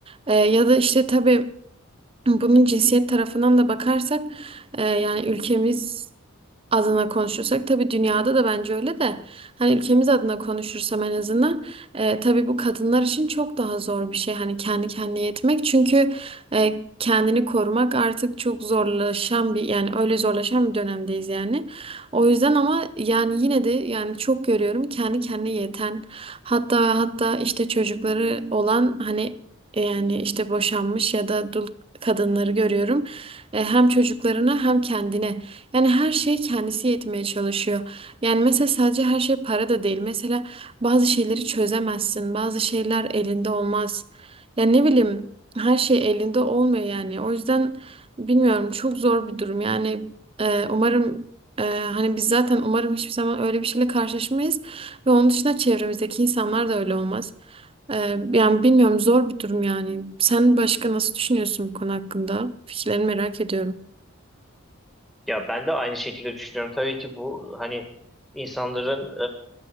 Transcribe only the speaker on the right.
Ee, ya da işte tabii bunun cinsiyet tarafından da bakarsak e, yani ülkemiz adına konuşursak tabii dünyada da bence öyle de hani ülkemiz adına konuşursam en azından e, tabii bu kadınlar için çok daha zor bir şey hani kendi kendine yetmek çünkü e, kendini korumak artık çok zorlaşan bir yani öyle zorlaşan bir dönemdeyiz yani o yüzden ama yani yine de yani çok görüyorum kendi kendine yeten hatta ve hatta işte çocukları olan hani yani işte boşanmış ya da dul kadınları görüyorum E, hem çocuklarına hem kendine yani her şey kendisi yetmeye çalışıyor. Yani mesela sadece her şey para da değil. Mesela bazı şeyleri çözemezsin. Bazı şeyler elinde olmaz. Yani ne bileyim her şey elinde olmuyor yani. O yüzden bilmiyorum çok zor bir durum. Yani e, umarım e, hani biz zaten umarım hiçbir zaman öyle bir şeyle karşılaşmayız. Ve onun dışında çevremizdeki insanlar da öyle olmaz. E, yani bilmiyorum zor bir durum yani. Sen başka nasıl düşünüyorsun bu konu hakkında? Fikirlerini merak ediyorum.